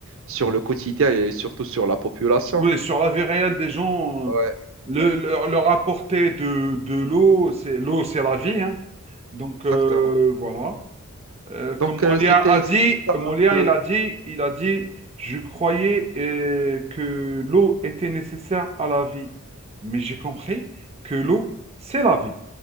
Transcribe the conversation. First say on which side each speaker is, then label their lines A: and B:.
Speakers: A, on the right (about 60°); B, on the right (about 30°).
A: sur
B: oui.
A: le quotidien et surtout sur la population.
B: Oui, sur la vie réelle des gens,
A: Ouais,
B: euh, le,
A: ouais,
B: le- leur apporter de, de l'eau, c'est l'eau, c'est la vie, hein. Donc
A: exactement.
B: euh, voilà. Euh, comme
A: Donc, euh,
B: Molière
A: c'était
B: a dit,
A: c'était ça
B: Molière,
A: un peu.
B: il a dit, il a dit, je croyais euh, que l'eau était nécessaire à la vie, mais j'ai compris que l'eau, c'est la vie.